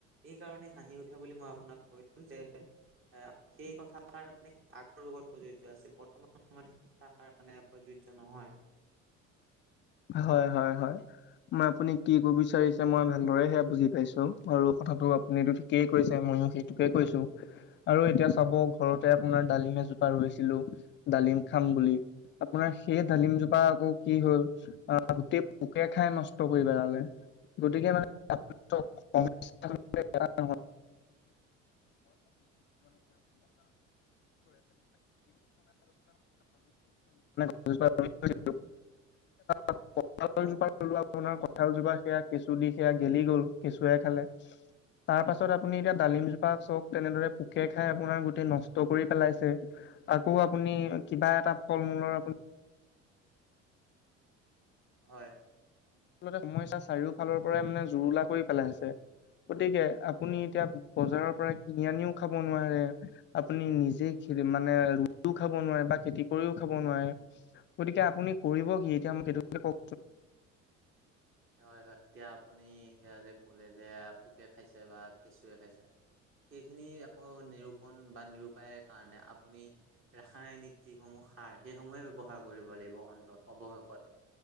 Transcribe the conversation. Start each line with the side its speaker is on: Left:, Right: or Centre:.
Right: এই কাৰণে হাঁহি উঠে বুলি মই আপোনাক কৈছো যে। এ সেই কথাষাৰ কাৰণে আগৰ যুগত প্ৰযোজ্য আছিল বৰ্তমান সময়ত শিক্ষাৰ কাৰণে প্ৰযোজ্য নহয়।
Left: এ হয় হয় হয়। মই আপুনি কি কব বিচাৰিছে। মই ভালদৰে সেয়া বুজি পাইছোঁ আৰু কথাটো আপুনিতো থি। কেই কৈছে ময়ো সেইটোকে কৈছো। আৰু এতিয়া চাব ঘৰতে আপোনাৰ ডালিম এজোপা ৰুইছিলোঁ ডালিম খাম বুলি। আপোনাৰ সেই ডালিম জোপা আকৌ কি হ'ল। অহ গোটেই পোকে খাই নষ্ট কৰি পেলালে গতিকে মানে।
Right: উম হয়।
Left: অ <unintelligible> <unintelligible> ৰোলো আও আপোনাৰ
Right: হয়।
Left: কঁঠালজোপা সেয়া কেঁচু দি সেয়া গেলি গ'ল কেঁচুৱে খালে। তাৰ পাছত আপুনি এতিয়া ডালিম জোপা চক তেনেদৰে পোকে খাই আপোনাৰ গোটেই নষ্ট কৰি পেলাইছে। আকৌ আপুনি কিবা এটা ফল মূলৰ আপু।
Right: হয়।
Left: আচলতে সমস্যা চাৰিওফালৰ পৰাই মানে জুৰুলা কৰি পেলাইছে, গতিকে আপুনি এতিয়া বজাৰৰ পৰা কিনি আনিও খাব নোৱাৰে। আপুনি নিজে খে মানে ৰুইও খাব নোৱাৰে বা খেতি কৰিও খাব নোৱাৰে। গতিকে আপুনি কৰিব কি এতিয়া মোক সেইটো কথা কওক।
Right: হয় হয়, এতিয়া আপুনি সেয়া যে কলে যে পোকে খাইছে বা কেঁচুৱে খাইছে। সেইখিনি আকৌ নিৰূপণ বা নিৰূপায়ৰ কাৰণে আপুনি ৰাসায়নিক যিসমূহ সাৰ সেইসমূহে ব্যৱহাৰ কৰিব লাগিব অন্তত অৱশেষত।